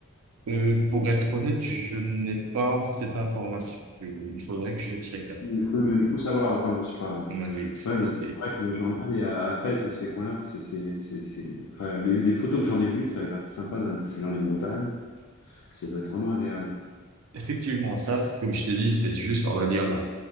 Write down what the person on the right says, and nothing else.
Euh, pour être honnête, je n'ai pas cette information. Euh, Il faudrait que je check.
Mm, Oui.
Et
effectivement, ça, c'est- comme je t'ai dit, c'est juste, on va dire, la,